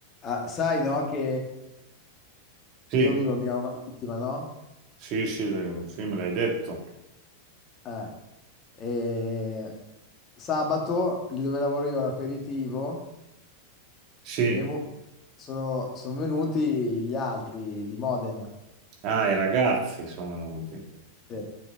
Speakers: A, on the left; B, on the right.
A: Ah, sai, no, che
B: Sì,
A: io vivo a Milano Marittima, no?
B: sì, sì, dai, sì, me l'hai detto.
A: Eh, e sabato, lì dove lavoro io all'aperitivo,
B: Sì,
A: mi è vu- sono, sono venuti gli altri di Modena.
B: ah, i ragazzi sono venuti.
A: Sì.